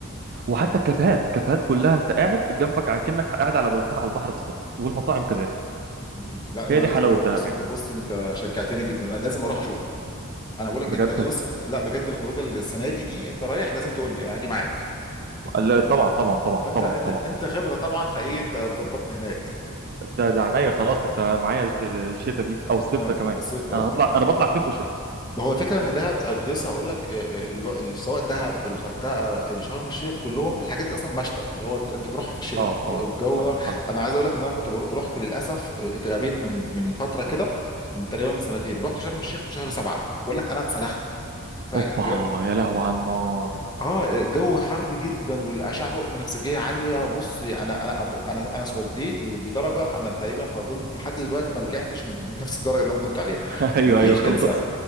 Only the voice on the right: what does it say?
وحتى الكافيهات الكافيهات كلها انت قاعد جنبك على- كأنك قاعد على بلكونه على البحر بالظبط والمطاعم كذلك
هي
دي
حلاوة
دهب
يعني
بجد
هت-
لا، طبعا طبعا طبعا
طبعا
طبعا
ده ده عينيا خلاص انت معايا الس- الشتا دي او الصيف
ده كمان
انا هطلع انا بطلع صيف وشتاء
اه اه
حصل
حصل
اوبا
يا لهو على النار
<laughs> ايوه
ايوه خلاص